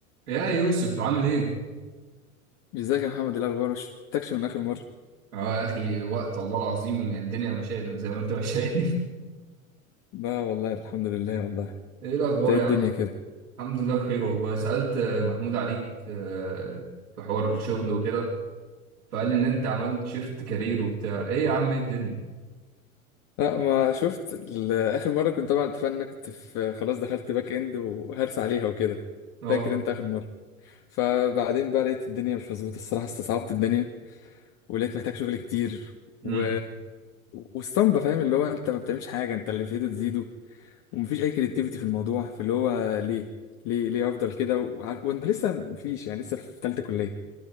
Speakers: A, on the right; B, on the left.
A: يا يوسف عامل ايه؟
B: ازيك يا محمد إيه الاخبار ما شفتكش من اخر مره
A: اه يا اخي الوقت والله العظيم يعني الدنيا مشاغل زي ما انت ما شايف
B: لا والله الحمد لله والله
A: <laughs> ايه الاخبار
B: انت ايه
A: يا
B: الدنيا
A: عم؟
B: كده
A: الحمد لله بخير والله سألت آه، محمود عليك آه، في حوار الشغل وكده فقال لي ان انت عملت شيفت كارير وبتاع ايه يا عم ايه الدنيا؟
B: لا ما شفت ال- اخر مره كنت طبعا اتفقنا إن أنا كنت في خلاص دخلت باك اند وهرس عليها وكده
A: اه
B: فاكر انت اخر مره فبعدين بقى لقيت الدنيا مش مظبوطه الصراحه استصعبت الدنيا ولقيت محتاج شغل كتير و...
A: امم
B: واسطمبه فاهم اللي هو انت ما بتعملش حاجه انت اللي تزيده تزيده ومفيش اي كريتيفيتي في الموضوع فاللي هو ليه ليه ليه افضل كده وع- وانا لسه مفيش يعني لسه في ثالثه كليه